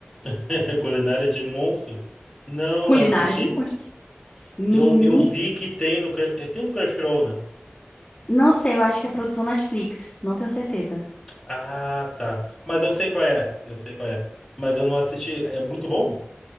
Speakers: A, in the centre; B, on the left.
A: <laughs> Culinária de monstro? Não,
B: Culinária
A: não assisti.
B: de monstros. Menino,
A: Eu, eu vi que tem no, Cr- é, tem no Crunchyroll, né?
B: não sei, eu acho que é produção Netflix, não tenho certeza.
A: Ah, tá. Mas eu sei qual é. Eu sei qual é. Mas eu não assisti. É muito bom?